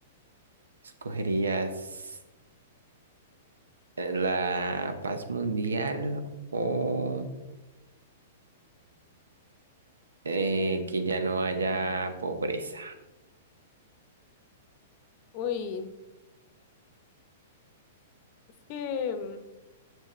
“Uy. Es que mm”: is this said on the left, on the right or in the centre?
Left